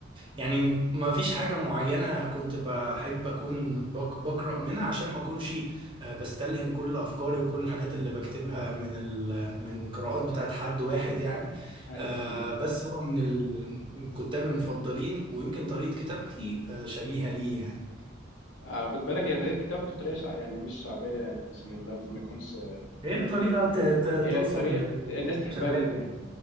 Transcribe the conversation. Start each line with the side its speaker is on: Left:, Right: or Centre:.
Right: يعني ما فيش حاجة معينة كنت بحب أكون بق- بقرأ منها عشان ما أكونش آه، بستلهم كل أفكاري وكل الحاجات اللي بكتبها من ال من قراءات بتاعت حد واحد يعني
Left: ايوه
Right: آه،
Left: فاهم
Right: بس هو من ال- من الكتاب المفضلين ويمكن طريقة كتابتي آه، شبيهة ليه يعني
Left: آه خد بالك هي طريقه كتابته طريقه شع... يعني مش شعبيه يعني عشان اللفظ ما يكونش
Right: هي طريقة ت- ت-
Left: هي
Right: توصل
Left: طريقه الناس تحبها
Right: للشباب
Left: جدا
Right: يعني
Left: يعني